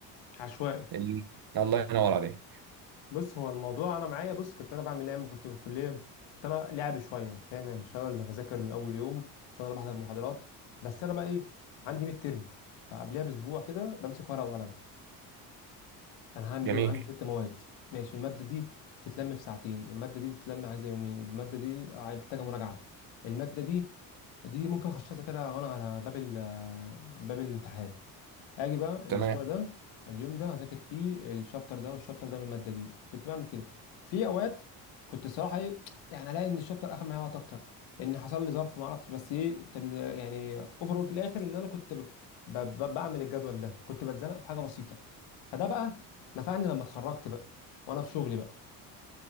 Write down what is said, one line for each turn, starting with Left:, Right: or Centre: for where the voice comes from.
Left: عشوائي
Right: ال... الله ينور عليك
Left: بص هو الموضوع انا معايا بص كنت انا بعمل ايه لما كنت في الكليه كنت انا لعب شويه انت فاهم يعني مش انا اللي بذاكر من اول يوم مش انا اللي بحضر المحاضرات بس انا بقى ايه عندي ميد ترم فقبلها باسبوع كده بمسك ورقه وقلم انا هعمل
Right: جميل
Left: ايه انا عندي ست مواد ماشي الماده دي تتلم في ساعتين الماده دي تتلم عايزه يومين الماده دي عاي- محتاجه مراجعه الماده دي دي ممكن اخش اذاكرها وانا على باب ال- باب الامتحان هاجي بقى الاسبوع
Right: تمام
Left: ده اليوم ده هذاكر فيه الشابتر ده والشابتر ده من الماده دي كنت بعمل كده في اوقات كنت الصراحه ايه يعني الاقي ان الشابتر اخد معايا وقت اكتر ان حصل لي ظرف ما اعرفش بس ايه كان يعني اوفرول في الاخر ان انا كنت ب... ب... ب... بعمل الجدول ده كنت بتزنق في حاجه بسيطه فده بقى نفعني لما اتخرجت بقى وانا في شغلي بقى